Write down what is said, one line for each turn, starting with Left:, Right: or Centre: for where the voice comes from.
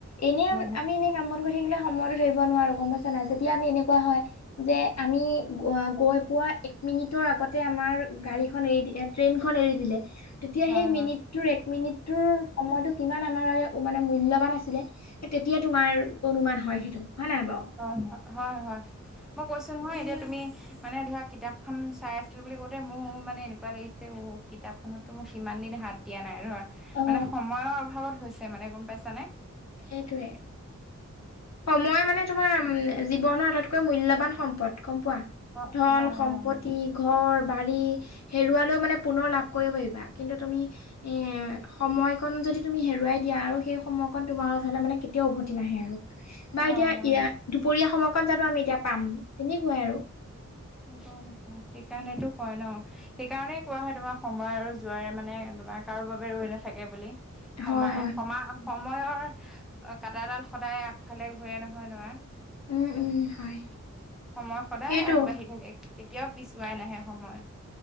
Left: এনে
Centre: অনুভৱ
Left: আমি, আমি এনে কাম বন কৰি থাকিলে সময়তো ধৰিব নোৱাৰো, গম পাইছা নাই? যেতিয়া আমি এনেকুৱা হয় যে আমি গৈ পোৱা এক মিনিটৰ আগতে আমাৰ গাড়ীখন এৰি দি ট্ৰেইনখন এৰি দিলে। তেতিয়া
Centre: হয়
Left: সেই
Centre: হয়
Left: মিনিট তোৰ এক মিনিটতোৰ সময়টো কিমান আমাৰ মানে মূল্যবান আছিলে। সেই তেতিয়া তোমাৰ অনুমান হয় সেইটো, হয় নাই বাও।
Centre: অ হয় হয়, মই কৈছো নহয় এতিয়া তুমি মানে ধৰা কিতাপখন চাই আছিলোঁ বুলি কওঁতে মোৰ মানে এনেকুৱা লাগিছে অ কিতাপখনততো মোক কিমান দিন হাত দিয়া নাই ধৰা
Left: অ
Centre: মানে সময়ৰ অভাৱত হৈছে মানে গম পাইছ নে?
Left: সেইটোৱে, সময় মানে তোমাৰ উম জীৱনৰ আটাইতকৈ মূল্যবান সম্পদ গম পোৱা?
Centre: অ
Left: ধন
Centre: হয়
Left: - সম্পত্তি
Centre: হয় হয়
Left: ঘৰ - বাৰী হেৰুৱালেও মানে পুনৰ লাভ কৰিব পাৰিবা কিন্তু তুমি এ সময়কন যদি তুমি হেৰুৱাই দিয়া আৰু সেই সময়কন তোমাৰ ওচৰলে মানে কেতিয়াও উভতি নাহে আৰু। বা
Centre: হয়
Left: এতিয়া
Centre: হয়
Left: ইয়াত
Centre: হয়
Left: দুপৰীয়া সময়কণ জানো আমি এতিয়া পাম তেনেকুৱাই আৰু।
Centre: নাপাওঁ নাপাওঁ সেইকাৰণেতো কয় ন সেইকাৰণেই কোৱা হয় তোমাৰ সময় আৰু জোৱাৰে মানে তোমাৰ কাৰো বাবে ৰৈ নাথাকে বুলি। সমায়ে
Left: হয় হয়,
Centre: সমা সময়ৰ অ কাটাডাল সদায় আগফালে ঘূৰে নহয় নয়।
Left: উম উম হয়।
Centre: সময় সদায়
Left: সেইটো
Centre: আগবাঢ়ি থাকে, কেতিয়াও পিছুৱাই নাহে সময়।